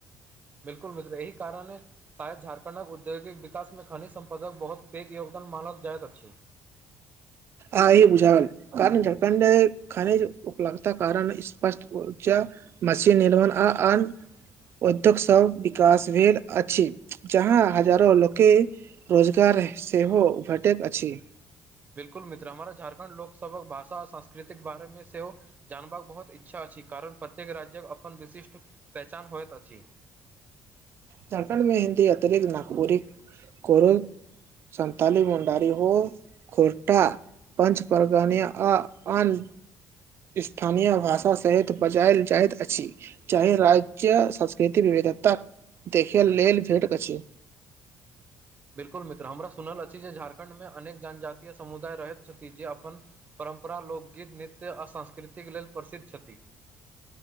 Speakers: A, on the right; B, on the right.
A: बिलकुल मित्र एहि कारणे आय झारखंडक औद्योगिक विकास मे खनिज संपदाक बहुत पैघ योगदान मानक जायत अछी
B: आय ई बुझाल कारण झारखण्डे खनिज उपलब्धता कारण स्पष्ट ऊर्जा मशीन निर्माण आ आन उद्योग सब विकास भेल अछि जहाँ हजारो लोके रोजगार सेहो भेटैत अछि
A: बिलकुल मित्र हमारा झारखंड लोकसभक भाषा आ संस्कृतिक बारेमे सेहो जानबाक बहुत इ अच्छा अछि कारण प्रत्येक राज्य अपन अपन विशिष्ट पहचान होयइत अछि
B: झारखण्डमे हिन्दी अतिरिक्त नागपुरी कोरो संताली मुंडारी हो खोरटा पञच परगानिया आ अन स्थानीय भाषा सहित बजायल जाइत अछि चाहे राज्य संस्कृति वि एत्त देखै लेल भेट अछि
A: <inaudible> बिल्कुल मित्र हमरा सुनल अछि जे झारखण्ड में अनेक जनजातीय समुदाय रहैत छथि जे अपन पर परम्परा लोकगीत नृत्य आ सांस्कृतिक लेल प्रसिद्ध छथि